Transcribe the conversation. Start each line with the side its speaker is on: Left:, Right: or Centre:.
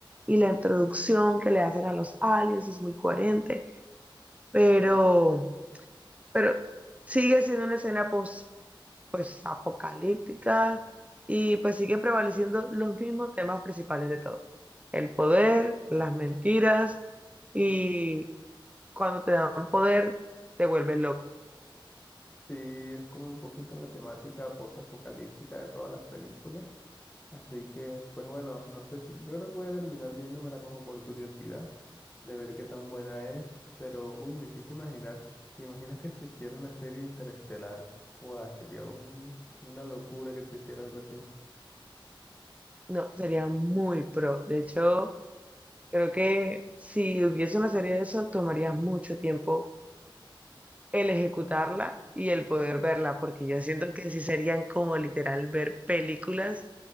Right: Y la introducción que le hacen a los aliens es muy coherente, pero, pero sigue siendo una escena post, pues apocalíptica y pues sigue prevaleciendo los mismos temas principales de todo. El poder, las mentiras y cuando te dan poder te vuelves loco.
Left: Sí, es como un poquito la temática posapocalíptica de todas las películas Así que, pues bueno, no sé si- yo creo que voy a terminar viéndomela como por curiosidad, de ver qué tan buena es, pero uy, me hiciste imaginar, ¿te imaginas que existiera una serie interestelar? Guau, sería un- una locura que existiera algo así.
Right: No, sería muy pro. De hecho... Creo que si hubiese una serie de eso, tomaría mucho tiempo el ejecutarla y el poder verla, porque yo siento que sí serían como literal ver películas